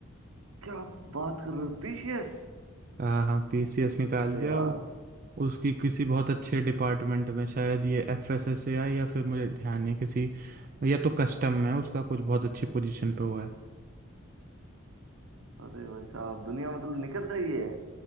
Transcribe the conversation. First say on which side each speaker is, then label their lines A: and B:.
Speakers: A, on the right; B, on the right.
A: क्या बात कर रहे हो पीसीएस
B: हाँ हाँ पीसीएस निकाल
A: अरे
B: लिया
A: यार
B: वो उसकी किसी बहुत अच्छे डिपार्टमेंट में शायद ये एफएसएसएआई या फिर मुझे ध्यान नहीं किसी या तो कस्टम में उसका कुछ बहुत अच्छी पोजीशन पे हुआ है
A: अरे भाई साहब दुनिया मतलब निकल रही है